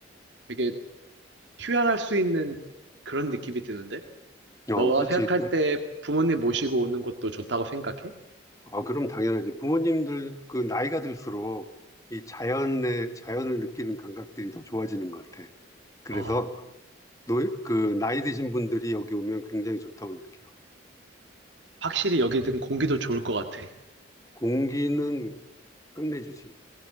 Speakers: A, on the right; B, on the left.
A: 되게 휴양할 수 있는 그런 느낌이 드는데?
B: 어,
A: 너가
B: 그렇지.
A: 생각할 때 부모님 모시고 오는 것도 좋다고 생각해?
B: 아, 그럼 당연하지. 부모님들 그 나이가 들수록 이 자연의 자연을 느끼는 감각들이 더 좋아지는 것 같아. 그래서
A: 아,
B: 노, 그 나이 드신 분들이 여기 오면 굉장히 좋다고 느껴요.
A: 확실히 여기든 공기도 좋을 것 같아.
B: 공기는 끝내주지.